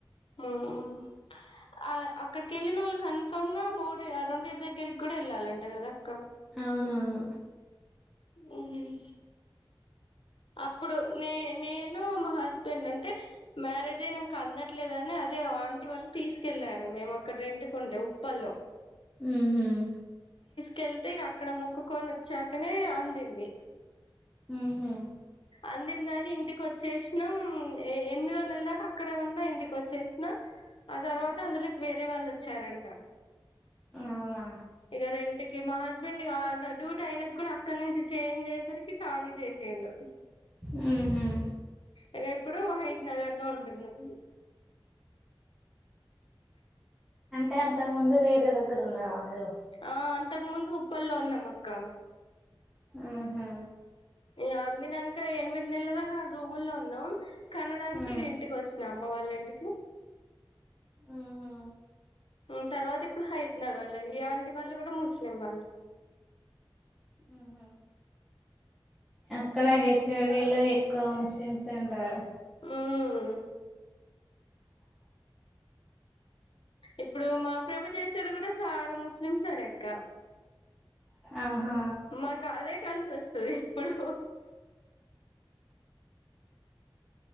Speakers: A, on the left (about 75°); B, in the centre.
A: ఉమ్ అ అక్కడికి ఎళ్ళినోళ్ళు కన్ఫామ్ గా మూడు ఆ రెండుటి దగ్గరికి కూడ ఎళ్ళాలంట కదక్
B: అవునవును
A: ఉహుమ్ అప్పుడు నే నేను మా హస్బెండ్ అంటే మ్యారేజ్ అయినాక అందట్లేదని అదే ఆంటి వాళ్ళు తీసుకెళ్ళారు మేము అక్కడ రెంటు కుంటె ఉప్పల్లో
B: ఉ హ్మ్
A: కెళ్తే ఇక అక్కడ మొక్కుకొని వచ్చాకనే అందింది
B: ఉమ్ హు
A: అందిందని ఇంటికి వచ్చేసినాం ఎ ఎనిమిదో నెల దాక అక్కడే ఉన్నా ఇంటికి వచ్చేసినా ఆ తర్వాత
B: ఉమ్.
A: అందులోకి వే రే వాళ్ళు వచ్చారంట
B: అవునా
A: ఇక రెంట్ ఇగా మా హస్బెండ్ కా డ డ్యూట్ అయిన కూడా అక్కడ నుంచి చేంజ్ చేసరికి ఖాళీ చేసిండు
B: ఉహుమ్
A: ఇక ఇప్పుడు హయిత్ నగర్ లో ఉంటున్నాం
B: అంటే అంతకు ముందు వేరే దగ్గర ఉన్నారా మీరు
A: ఆ అంతకు ముందు ఉప్పల్లో ఉన్నాం అక్క
B: ఆహా
A: ఇగా అందినకా ఏ తొమ్మిది నెలలు రూము లో ఉన్నాం కనడానికి
B: ఆ
A: ఇక ఇంటికి వచ్చినాం అమ్మవళ్ళంటికి
B: ఉహు
A: ఉమ్ తర్వాత ఇప్పుడు హైత్నగర్ ఈ ఆంటీ వాళ్ళు కూడా ముస్లిం వాళ్ళు
B: ఉహు అక్కడ హెచ్ ఓ డి ఎక్కువ ముస్లిమ్స్ అంటారు
A: ఉమ్ ఇప్పుడు మా ప్రభు చేసేది కూడా సార్ ముస్లిమ్ సార్ అక్క
B: ఆహా
A: మాకు అదే కలిసి వస్తుంది ఎప్పుడు